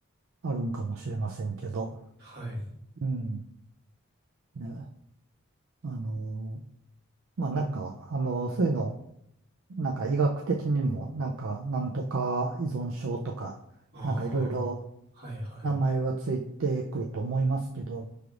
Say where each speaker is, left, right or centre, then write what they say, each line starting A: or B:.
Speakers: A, on the right; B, on the right.
A: あるんかもしれませんけど、
B: はい。
A: うん、ね、あのーまあなんか、あのーそういうのなんか医学的にも、なんか、なんとか依存症とか、
B: ああ。
A: なんかいろいろ
B: はいはい。
A: 名前はついてくると思いますけど、